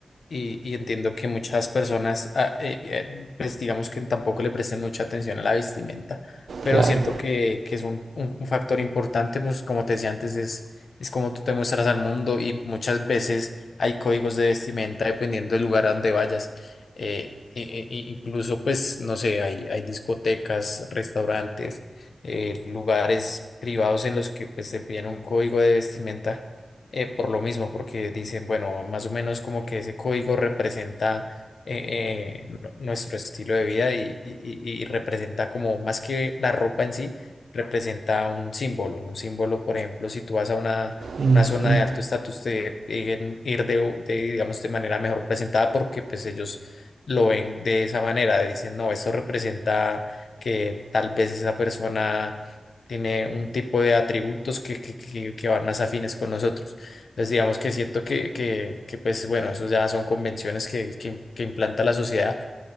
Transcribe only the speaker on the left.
Y, y entiendo que muchas personas, ah, eh, eh, pues digamos que tampoco le prestan mucha atención a la vestimenta, pero
siento que, que es un, un- un factor importante, pues como te decía antes, es, es como tú te muestras al mundo y muchas veces hay códigos de vestimenta dependiendo del lugar a donde vayas. Eh, e- e- e incluso, pues, no sé, hay, hay discotecas, restaurantes, eh, lugares privados en los que pues, se piden un código de vestimenta eh, por lo mismo, porque dicen, bueno, más o menos como que ese código representa eh, eh, nu- nuestro estilo de vida y, y- y- y representa como más que la ropa en sí, representa un símbolo. Un símbolo, por ejemplo, si tú vas a una,
una zona
de alto estatus, te piden ir de, de, digamos, de manera mejor presentada porque pues ellos lo ven de esa manera. Dicen, no, esto representa que tal vez esa persona... tiene un tipo de atributos que, que, que que van más afines con nosotros. Entonces, digamos que siento que, que, que, pues, bueno, eso ya son convenciones que, que, que implanta la sociedad,